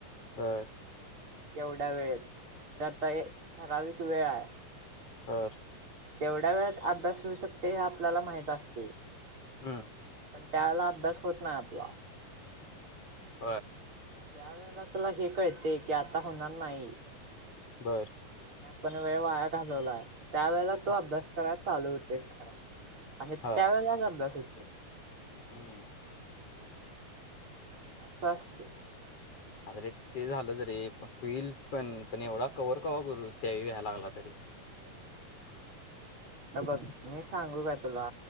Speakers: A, on the left; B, on the right.
A: बर
B: एवढ्या वेळेत, आता हे ठराविक वेळ आहे
A: बर
B: तेवढ्या वेळात अभ्यास होऊ शकते हे आपल्याला माहित असतय.
A: हम्म
B: पण त्यावेळेला अभ्यास होत नाही आपला
A: <inaudible>
B: ज्या वेळेला- तुला हे कळते की आता होणार नाही-
A: बर.
B: पण वेळ वाया घालवलाय. त्यावेेळेला तो
A: हा
B: अभ्यास कराय चालू होतेस खरा आणि
A: हा
B: त्यावेेळेलाच अभ्यास होते.
A: हम्म
B: असं असते.
A: अरे ते झालं जरीे पण होईल पण पण एवढा कवर कवा करू त्याही लागला तरी.
B: हे बघ मी सांगू का तुला